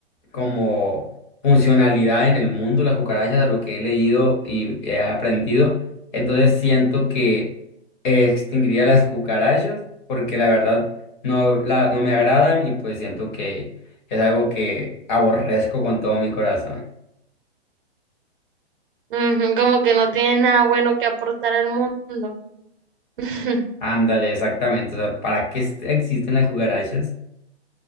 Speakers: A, on the left; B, on the right.
A: como funcionalidad en el mundo las cucarachas, de lo que he leído y he aprendido. Entonces, siento que extinguiría las cucarachas porque la verdad no, la, no me agradan y pues siento que es algo que aborrezco con todo mi corazón.
B: Ujú, como que no tiene nada bueno que aportar al mundo. <laughs>
A: Ándale, exactamente. O sea, ¿para qué est- existen las cucarachas?